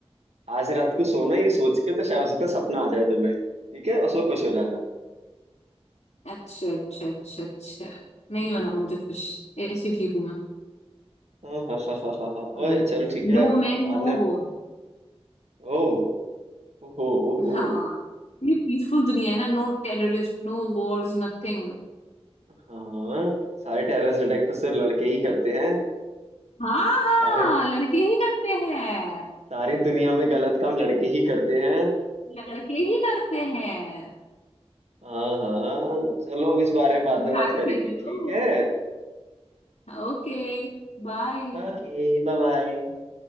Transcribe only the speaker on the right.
आज रात को सोना ये सोच के तो शायद हो सकता है सपना आ जाए तुम्हें ठीक है उसको खुश हो जाना
हाँ हाँ हाँ हाँ हाँ हाँ
ओए
चलो
ठीक है
बाद
में
ओह ओहो ओहो
हाँ सारे टेररिस्ट अटैक तो सिर्फ लड़के ही करते हैं
अरे
सारी दुनिया में गलत काम लड़के ही करते हैं
हाँ हाँ चलो अब इस बारे में बाद
में बात
करेंगे
ठीक है
Okay bye bye